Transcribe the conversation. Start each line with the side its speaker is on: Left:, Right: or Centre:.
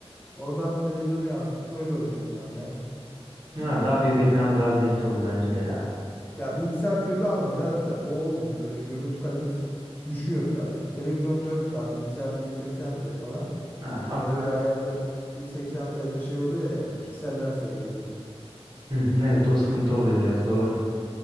Left: Oradan televizyona yansıtıp öyle oynuyorum ben ya.
Right: Ha, daha büyük ekranda daha zevkli olur bence de ya.
Left: Ya bilgisayar kötü ama biraz da o olmuyor. Böyle görüntü kalitesi düşüyor biraz. Televizyon 4K, bilgisayar 1080p falan.
Right: Ha,
Left: Orada
Right: ak-
Left: bir ayarda 1080p'de şey oluyor ya, pikseller sayılıyor.
Right: Hı hı, evet o sıkıntı oluyor biraz doğru.